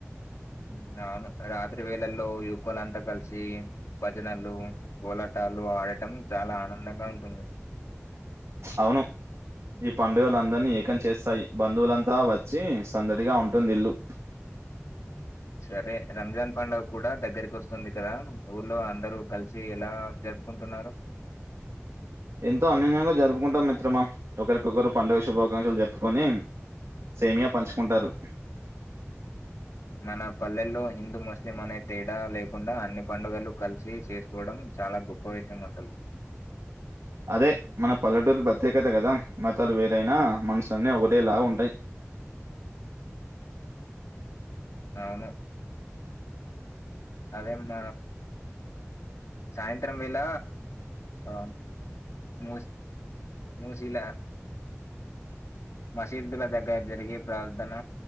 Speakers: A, on the left; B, on the right.
A: మ్మ్ అవును రాత్రి వేళల్లో యువకులు అంతా కలిసి భజనలు కోలా టాలు ఆడటం చాలా ఆనందంగా ఉంటుంది.
B: అవును ఈ పండుగలందరినీ ఏకం చేస్తాయి బంధువులంతా వచ్చి సందడిగా ఉంటుంది ఇల్లు.
A: సరే రంజాన్ పండుగ కూడ దగ్గరికి వస్తుంది కదా, ఊర్లో అందరూ కలిసి ఎలా జర్ పుకుంటున్నారు
B: ఎంతో అన్యూనంగా జరుపుకుంటాం మిత్రమా! ఒకరికొకరు పండుగ శుభాకాంక్షలు జెప్పుకొని, సేమియా పంచుకుంటారు
A: మన పల్లెల్లో హిందూ ముస్లిం అనే తేడా లేకుండా అన్ని పండుగలు కలిసి చేసుకోవడం చాలా గొప్ప విషయం అసలు
B: అదే మన పల్లెటూరు ప్రత్యేకత కదా మతాలు వేరైనా మనసులన్నీ ఒకటే లాగా ఉంటాయి.
A: అవును అదే మన సాయంత్రం వేళ ఆ మూస్ మూసీలా మసిబ్ద్ లా గడ్ రేపు జరిగే ప్రార్ధన